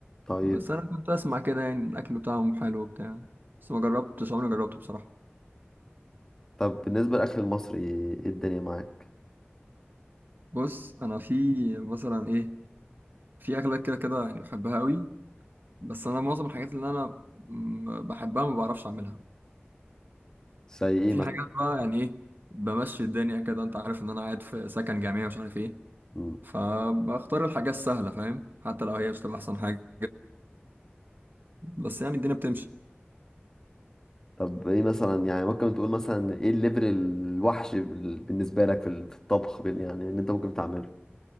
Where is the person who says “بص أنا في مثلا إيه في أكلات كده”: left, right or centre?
Right